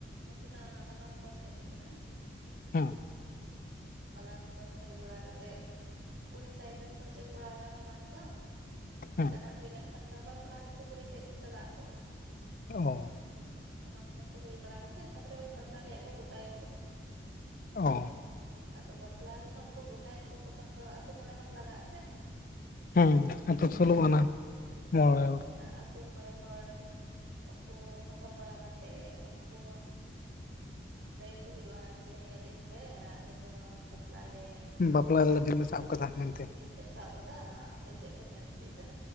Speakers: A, on the right (about 65°); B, on the left (about 45°).
A: ᱩᱱᱠᱤᱱᱟᱜ ᱢᱟᱞᱟᱢ ᱛᱚᱢ ᱦᱩᱭᱩᱜ ᱛᱟᱠᱤᱱᱟ
B: ᱦᱩᱸ
A: ᱢᱟᱞᱟ ᱢᱩᱫᱟᱹᱢ ᱦᱩᱭ ᱵᱟᱲᱟ ᱠᱟᱛᱮ ᱠᱩᱲᱤ ᱥᱟᱭᱤᱰ ᱨᱮᱱ ᱠᱚ ᱦᱤᱡᱩᱜ ᱠᱚᱲᱟ ᱢᱟᱞᱟ ᱢᱩᱫᱟᱹᱢ ᱱᱚᱛᱮᱱᱟᱜ
B: ᱦᱩᱸ
A: ᱦᱩᱭ ᱞᱮᱱᱠᱷᱟᱱ ᱫᱚ ᱟᱵᱟᱨ ᱠᱚᱲᱟ ᱛᱟᱠᱚ ᱠᱩᱲᱤ ᱥᱮᱫ ᱠᱚ ᱪᱟᱞᱟᱜ ᱟᱠᱚ᱾
B: ᱚᱸ
A: ᱚᱱᱟ ᱠᱚ ᱦᱩᱭ ᱵᱟᱲᱟ ᱠᱟᱛᱮᱫ ᱛᱟᱯᱚᱨᱮ ᱵᱟᱯᱞᱟ ᱨᱮᱭᱟᱜ ᱠᱚ ᱜᱚᱴᱟᱭᱟ ᱠᱚ᱾
B: ᱚ
A: ᱟᱫᱚ ᱵᱟᱯᱞᱟ ᱡᱚᱠᱷᱚᱱ ᱠᱚ ᱜᱚᱴᱟᱭᱟᱠᱚ ᱛᱚᱠᱷᱚᱱ ᱫᱚ ᱟᱛᱳ ᱢᱚᱬᱮ ᱦᱚᱲ ᱞᱟᱜᱟᱜᱼᱟ ᱥᱮ
B: ᱦᱩᱸ ᱟᱛᱳ ᱥᱳᱞᱩᱜ ᱟᱱᱟ ᱢᱚᱬᱮ ᱦᱚᱲ
A: ᱟᱛᱩ ᱢᱚᱬᱮ ᱦᱚᱲ ᱚᱠᱚ ᱦᱚᱦᱚ ᱵᱟᱲᱟ ᱠᱟᱛᱮᱜ ᱩᱱᱠᱩ ᱞᱟᱹᱭ ᱟᱠᱩ ᱦᱩᱭᱩᱜᱼᱟ ᱡᱮ ᱱᱤᱭᱟᱹ ᱫᱤᱱ ᱨᱮ ᱟᱞᱮ ᱫᱚ ᱵᱟᱯᱞᱟᱜ ᱟᱞᱮ᱾
B: ᱩᱢ ᱵᱟᱯᱞᱟᱜᱞᱮ ᱫᱤᱱ ᱞᱮ ᱥᱟᱵ ᱠᱟᱫᱟ ᱢᱮᱱᱛᱮ
A: ᱫᱤᱱ ᱞᱮ ᱥᱟᱵ ᱠᱟᱫᱟ ᱟᱯᱮ ᱪᱮᱫ ᱯᱮ ᱢᱮᱱ ᱦᱚᱪᱚᱭᱮᱫᱟ